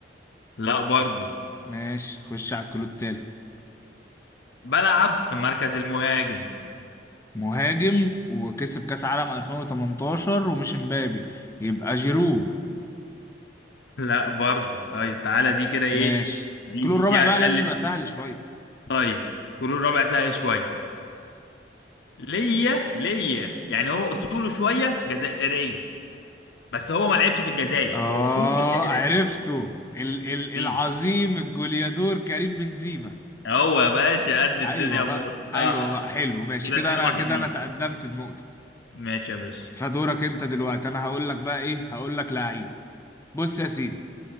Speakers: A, on the left; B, on the left.
A: لا برضو
B: ماشي خش على الكلو التالت
A: بلعب في مركز المهاجم
B: مهاجم وكسب كاس عالم 2018 ومش مبابي يبقى جيرو
A: لا برضو طيب تعالى دي كده ايه
B: ماشي
A: دي
B: الكلو
A: دي,
B: الرابع
A: دي هتقلل
B: بقى لازم يبقى سهل شويه
A: طيب كرة ربع سهل شويه ليا ليا يعني هو اصوله شويه جزائريه بس هو ما لعبش في الجزائر
B: آه
A: هو اصوله جزائريه
B: عرفته ال ال العظيم
A: مين؟
B: الجوليادور كريم بنزيما
A: هو يا باشا قد الدنيا
B: أيوة
A: امور
B: بقى أيوة
A: صح
B: بقى حلو ماشي
A: كده
B: كده
A: 2
B: أنا
A: 1
B: كده
A: ليك
B: أنا تقدمت بنقطة
A: ماشي يا باشا
B: فدورك أنت دلوقتي أنا هقول لك بقى إيه هقول لك لعيب بص يا سيدي